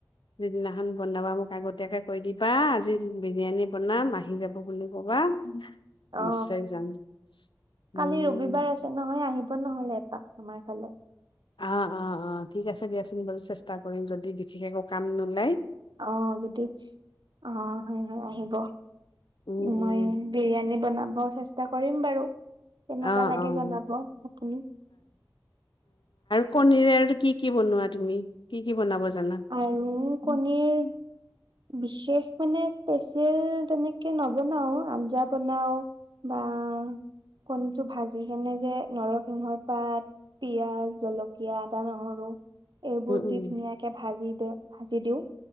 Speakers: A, on the left (about 85°); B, on the right (about 70°).
A: স দিদিনাখন বনাবা মোক আগতীয়াকে কৈ দিবা আজি বিৰিয়ানী বনাম আহ আহি যাব বুলি কবা নিশ্চয়
B: অ
A: যাম উম,
B: কালি ৰবিবাৰ আছে ন <unintelligible> আহিব নহলে এপাক, আমাৰ ফালে।
A: আহ, আহ, আহ, ঠিক আছে দিয়াচোন বাৰু চেষ্টা কৰিম, যদি বিশেষ একো কাম নোলায়।
B: অ', যদি, অ', হয় হয় আহিব,
A: উম,
B: মই
A: উম,
B: বিৰিয়ানী বনাম। <unintelligible> চেষ্টা কৰিম বাৰু। কেনেকুৱা
A: অ',
B: লাগে
A: অ',
B: জনাব, আপুনি।
A: কনীৰে আৰু কি কি বনোৱা তুমি? কি কি বনাব জা
B: আৰু
A: <unintelligible>
B: কণীৰ বিশেষ মানে স্পেচিয়েল তেনেকে নবনাওঁ, আঞ্জা বনাওঁ বা কণীটো ভাজি কেনে যে, নৰসিংহৰ পাত, পিয়াজ, জলকীয়া, আদা নহৰু এই বুদ্ধিক
A: উম
B: নিয়েক এ ভাজি দে, ভাজি দিওঁ।